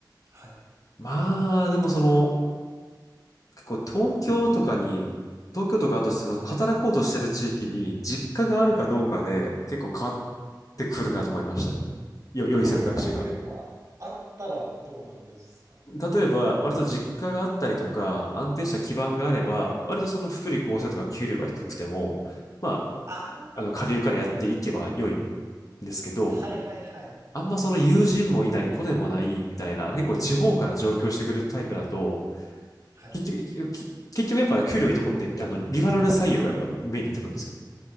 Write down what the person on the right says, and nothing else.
はい。
えー、というのは、あったらどうなんですかね。
はい。
はい。
ああ、
はいはいはい。
はい。